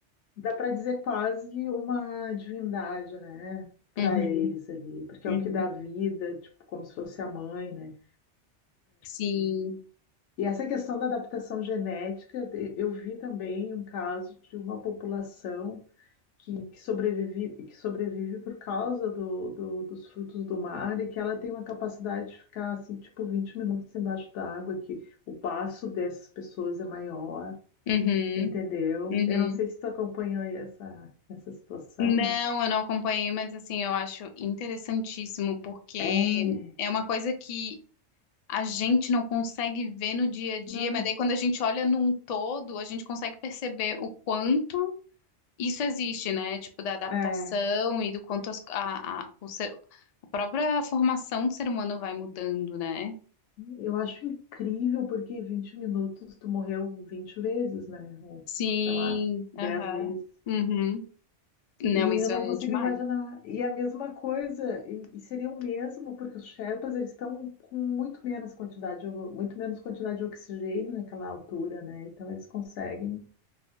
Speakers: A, on the left; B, on the left.
A: Dá para dizer quase uma divindade, né? Para
B: Uhum,
A: eles ali, porque
B: uhum.
A: é o que dá vida, tipo, como se fosse a mãe, né?
B: Sim,
A: E essa questão da adaptação genética, e- eu vi também um caso de uma população que, que sobrevive, que sobrevive por causa do, do- dos frutos do mar e que ela tem uma capacidade de ficar, assim, tipo, 20 minutos embaixo da água, que o passo dessas pessoas é maior,
B: uhum,
A: entendeu?
B: uhum.
A: Eu não sei se tu acompanhou aí essa, essa situação,
B: Não, eu não acompanhei, mas assim, eu acho interessantíssimo, porque
A: É,
B: é uma coisa que a gente não consegue ver no dia a dia,
A: não,
B: mas daí quando a gente olha num todo, a gente consegue perceber o quanto. isso existe, né? Tipo, da adaptação
A: é.
B: e do quanto as- a, a, o ser, a própria formação do ser humano vai mudando, né?
A: Eu acho incrível porque 20 minutos tu morreu 20 vezes, né? Ou,
B: Sim,
A: sei lá, 10
B: aham.
A: vezes.
B: Uhum. Não,
A: E
B: isso
A: eu não
B: é
A: consigo
B: demais.
A: imaginar. E a mesma coisa, e, e seria o mesmo, porque os Sherpas eles estão com muito menos quantidade, de o- muito menos quantidade de oxigênio naquela altura, né? Então eles conseguem.